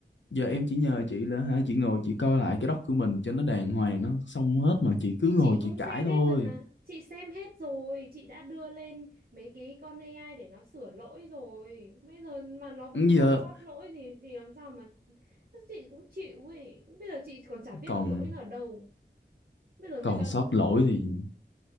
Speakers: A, on the left; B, on the right.
A: giờ em chỉ nhờ chị là hả chị ngồi chị coi lại cái doc của mình cho nó đàng hoàng nó xong hết mà chị
B: thì
A: cứ ngồi
B: chị cũng
A: chị cãi
B: xem
A: thôi
B: hết rồi mà chị xem hết rồi chị đã đưa lên mấy cái con AI để nó sửa lỗi rồi bây giờ mà nó vẫn
A: giờ
B: còn sót lỗi thì thì làm sao mà chị cũng chịu ấy bây giờ chị còn chả biết
A: còn
B: là lỗi nó ở đâu bây giờ người
A: còn
B: ta
A: sót lỗi thì